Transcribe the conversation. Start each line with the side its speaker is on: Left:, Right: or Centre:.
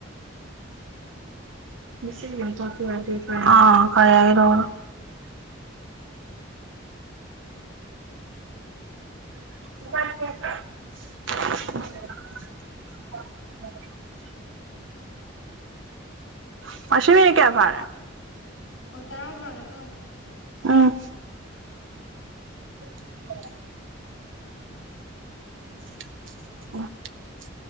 Right: <unintelligible> <unintelligible>
Left: <unintelligible>
Right: <unintelligible>
Left: ꯑꯣ ꯇꯔꯥ ꯐꯔꯦꯀꫭ
Right: ꯑꯥ <unintelligible> <unintelligible>